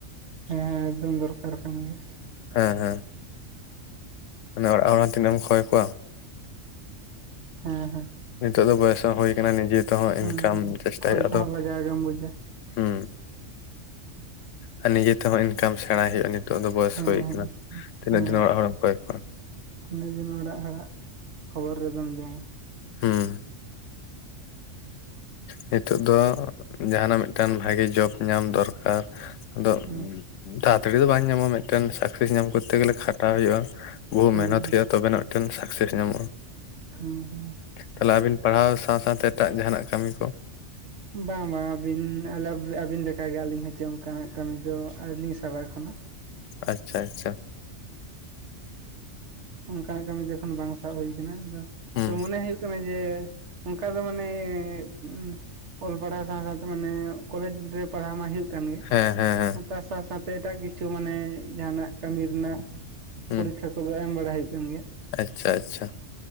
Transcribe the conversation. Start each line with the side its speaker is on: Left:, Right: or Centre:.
Right: ᱦᱮᱸ ᱦᱮᱸ ᱮᱠᱫᱚᱢ ᱫᱚᱨᱠᱟᱨ ᱠᱟᱱ ᱜᱮᱭᱟ
Left: ᱦᱮᱸᱻᱦᱮᱸᱻ ᱢᱟᱱᱮ ᱚᱲᱟᱜ ᱦᱚᱲ ᱦᱚᱸ ᱛᱤᱱᱟᱹᱜ ᱮᱢ ᱠᱚᱭ ᱠᱚᱣᱟ
Right: ᱦᱮᱸᱻᱦᱮᱸᱻ
Left: ᱱᱤᱛᱚᱜ ᱫᱚ ᱵᱚᱭᱮᱥ ᱦᱚᱸ ᱦᱳᱭ ᱠᱟᱱᱟ ᱱᱤᱡᱮ ᱛᱮᱦᱚᱸ
Right: ᱦᱮᱸ
Left: ᱤᱱᱠᱟᱢ
Right: ᱦᱮᱸ
Left: ᱪᱮᱥᱴᱟᱭ
Right: ᱠᱷᱚᱭ
Left: ᱦᱳᱭᱳᱜᱼᱟ
Right: ᱛᱮᱦᱚᱸ
Left: ᱛᱚ
Right: ᱞᱟᱡᱟᱣ ᱜᱮᱢ ᱵᱩᱡᱟ
Left: ᱦᱩᱸ ᱟᱨ ᱱᱤᱡᱮ ᱛᱮᱦᱚᱸ ᱤᱱᱠᱟᱢ ᱥᱮᱬᱟᱭ ᱦᱳᱭᱳᱜᱼᱟ᱾ ᱱᱤᱛᱚᱜ ᱫᱚ ᱵᱚᱭᱮᱥ
Right: ᱦᱮᱸ
Left: ᱦᱩᱭ ᱟᱠᱟᱱᱟ
Right: ᱦᱮᱸ
Left: ᱛᱤᱱᱟᱹᱜ
Right: ᱦᱮᱸ
Left: ᱫᱤᱱ ᱚᱲᱟᱜ ᱦᱚᱲᱮᱢ ᱠᱚᱭ ᱠᱚᱣᱟ
Right: ᱛᱤᱱᱟᱹᱜ ᱜᱤ ᱱᱚᱭᱰᱟ ᱟᱲᱟᱜ ᱠᱷᱚᱵᱚᱨ ᱨᱮᱫᱚᱢ ᱡᱚᱢᱟ
Left: ᱦᱩᱸ ᱱᱤᱛᱚᱜ ᱫᱚ ᱡᱟᱦᱟᱱᱟᱜ ᱢᱤᱫᱴᱟᱝ ᱵᱷᱟᱜᱮ ᱡᱚᱵ ᱧᱟᱢ ᱫᱚᱨᱠᱟᱨ ᱟᱫᱚ
Right: ᱦᱮᱸ
Left: ᱫᱟᱲᱟᱛᱟᱲᱤ ᱫᱚ ᱵᱟᱝ ᱧᱟᱢᱟ ᱢᱤᱫᱴᱮᱱ ᱥᱮᱠᱥᱮᱥ ᱧᱟᱢ ᱠᱚᱛ ᱠᱚᱛᱮ ᱜᱮᱞᱮ ᱠᱷᱟᱴᱟᱣ ᱦᱩᱭᱩᱜᱼᱟ ᱵᱩᱦᱩ
Right: ᱦᱩᱸ
Left: ᱢᱮᱦᱱᱚᱛ ᱦᱩᱭᱩᱜᱼᱟ ᱛᱚᱵᱮᱱᱟ ᱢᱤᱫᱴᱮᱱ ᱥᱟᱠᱥᱮᱥ ᱧᱟᱢᱚᱜᱼᱟ᱾
Right: ᱦᱮᱸ ᱦᱮᱸ
Left: ᱛᱟᱦᱞᱮ ᱟᱹᱵᱤᱱ ᱯᱟᱲᱦᱟᱣ ᱥᱟᱶ ᱥᱟᱶ ᱛᱮ ᱮᱴᱟᱜ ᱡᱟᱦᱟᱱᱟᱜ ᱠᱟᱢᱤ ᱠᱚ
Right: ᱵᱟᱝ ᱵᱟᱝ ᱟᱹᱵᱤᱱ ᱟᱹᱵᱤᱱ ᱞᱮᱠᱟᱜᱮ ᱟᱹᱞᱤᱧ ᱦᱚᱸ ᱡᱮ ᱚᱱᱠᱟᱱᱟᱜ ᱠᱟᱹᱢᱤ ᱫᱚ ᱟᱹᱣᱨᱤᱞᱤᱧ ᱥᱟᱵᱟ ᱮᱠᱷᱚᱱᱚ
Left: ᱟᱪᱪᱷᱟ ᱟᱪᱪᱷᱟ
Right: ᱚᱱᱠᱟ ᱠᱟᱹᱢᱤ ᱫᱚ ᱠᱷᱚ ᱵᱟᱝ ᱥᱟᱵ ᱦᱩᱭ ᱟᱠᱟᱱᱟ ᱫᱚ
Left: ᱦᱩᱸ
Right: ᱛᱚ ᱢᱚᱱᱮ ᱦᱩᱭᱩᱜ ᱠᱟᱱᱟ ᱡᱮ ᱚᱱᱠᱟ ᱫᱚ ᱢᱟᱱᱮ ᱮᱸᱫ ᱩᱸ ᱚᱞ ᱯᱟᱲᱦᱟᱣ ᱥᱟᱶ ᱥᱟᱶᱛᱮ ᱢᱟᱱᱮ ᱠᱚᱞᱮᱡᱽ ᱨᱮ ᱯᱟᱲᱦᱟᱣ ᱢᱟ ᱦᱩᱭᱩᱜ ᱠᱟᱱ ᱜᱮ
Left: ᱦᱮᱸ ᱦᱮᱸ ᱦᱮᱸ
Right: ᱛᱟᱨ ᱥᱟᱶ ᱥᱟᱶᱛᱮ ᱮᱴᱟᱜ ᱠᱤᱪᱷᱩ ᱢᱟᱱᱮ ᱡᱟᱦᱟᱱᱟᱜ ᱠᱟᱹᱢᱤ ᱨᱮᱱᱟᱜ ᱾
Left: ᱦᱩᱸ ᱾
Right: ᱠᱷᱟᱹᱣᱠᱟᱹ ᱫᱚ ᱮᱢ ᱵᱟᱲᱟ ᱦᱩᱭᱩᱜ ᱠᱟᱱ ᱜᱮᱭᱟ ᱾
Left: ᱟᱪᱪᱷᱟ ᱟᱪᱪᱷᱟ,